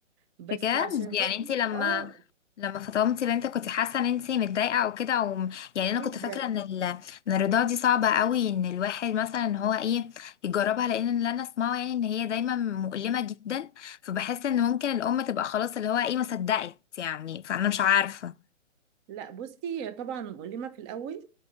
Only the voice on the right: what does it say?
بس
عشان
برضه
اه
جدا
لا بصي طبعا مؤلمه في الاول